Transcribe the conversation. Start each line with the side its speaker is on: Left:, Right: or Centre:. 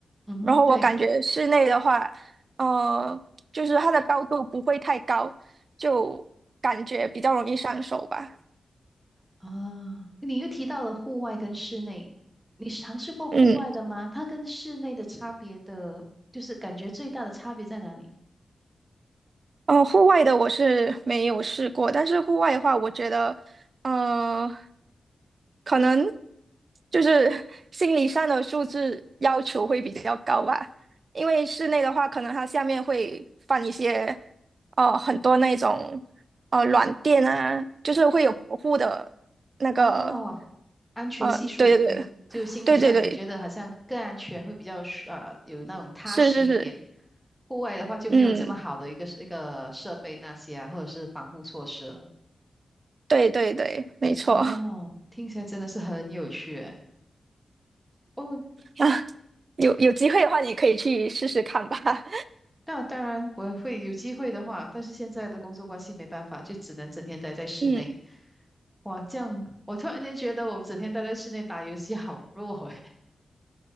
Centre: 嗯哼，
Right: 然后我感觉室内的话，
Centre: 对。
Right: 呃，就是它的高度不会太高，就感觉比较容易上手吧。
Centre: 啊，你又提到了户外跟室内，你是尝试过户外的吗？
Right: 嗯。
Centre: 它跟室内的差别的，就是感觉最大的差别在哪里？
Right: 哦，户外的我是没有试过，但是户外的话，我觉得，呃，可能就是 <laughs> 心理上的素质要求会比较高吧。因为室内的话，可能它下面会放一些，呃，很多那种，呃，软垫啊，就是会有保护的那个，
Centre: 哦，安全系数，
Right: 呃，对对
Centre: 你就心理上你觉得好像更安全，
Right: 对对对对，
Centre: 会比较舒呃有那种踏实一点。
Right: 是是是，
Centre: 户外的话就没有这么好的一个一个设备那些啊，
Right: 嗯，
Centre: 或者是防护措施了。
Right: 对对对，没错。
Centre: 哦，
Right: <laughs>
Centre: 听起来真的是很有趣诶。哦，
Right: 啊，有有机会的话，你可以去试试看吧。
Centre: 那当然，我会有机会的话，但是现在的工作关系没办法，就只能整天待在室内。
Right: 嗯，
Centre: 哇，这样我突然间觉得我们整天待在室内打游戏好弱诶。<laughs>